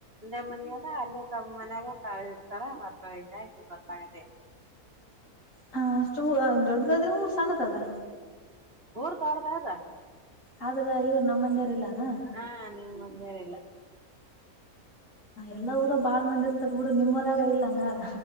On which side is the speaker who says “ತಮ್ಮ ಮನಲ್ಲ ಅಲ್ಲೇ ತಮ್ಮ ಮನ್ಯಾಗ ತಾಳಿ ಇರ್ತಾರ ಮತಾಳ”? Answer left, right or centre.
Right